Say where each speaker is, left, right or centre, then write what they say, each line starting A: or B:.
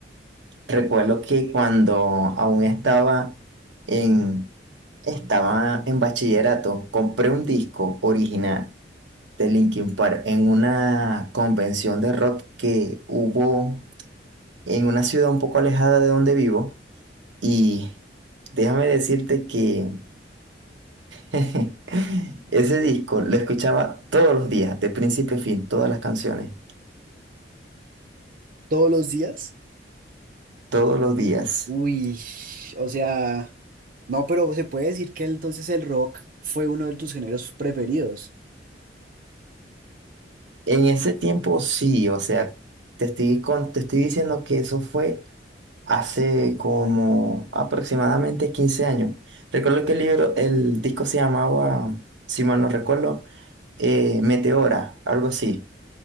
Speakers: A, on the right (about 85°); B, on the right (about 50°).
A: Recuerdo que cuando aún estaba en, estaba en bachillerato, compré un disco original de Linkin Park en una convención de rock que hubo en una ciudad un poco alejada de donde vivo. Y déjame decirte que <laughs> ese disco lo escuchaba todos los días, de principio a fin, todas las canciones,
B: Todos los días,
A: todos los días.
B: uy, o sea, no, pero se puede decir que entonces el rock fue uno de tus géneros preferidos.
A: En ese tiempo sí, o sea, te estoy, con- te estoy diciendo que eso fue. hace como aproximadamente 15 años. Recuerdo que el libro, el disco se llamaba, si mal no recuerdo, eh, Meteora, algo así.